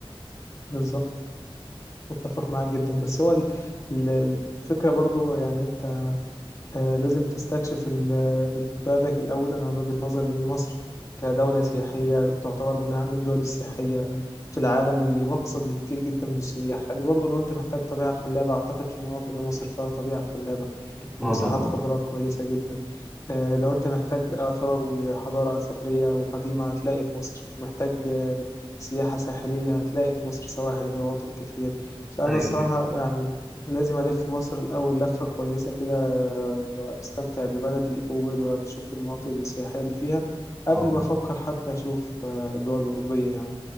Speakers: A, on the left; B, in the centre.
A: بالظبط متفق معاك جدا بس هو ال- ال- الفكرة برضو يعني انت آه، لازم تستكشف ال- ال- بلدك الأول أنا من وجهة نظري لأن مصر كدولة سياحية تعتبر من أهم الدول السياحية في العالم واللي مقصد لكتير جدا من السياح يعني برضو لو انت محتاج طبيعة خلابة أعتقد في مناطق في مصر فيها طبيعة خلابة مساحات
B: اه طبعا
A: خضراء كويسة جدا آه، لو أنت محتاج آثار وحضارة أثرية وقديمة هتلاقي في مصر محتاج آه، سياحة ساحلية هتلاقي في مصر سواحل شواطئ كتير فأنا
B: ايوه
A: الصراحة
B: ايوه
A: يعني لازم ألف مصر الأول لفة كويسة كده آه، وأستمتع ببلدي الأول وأشوف المناطق السياحية اللي فيها قبل
B: آه.
A: ما أفكر حتى أشوف آه، دول أوروبية يعني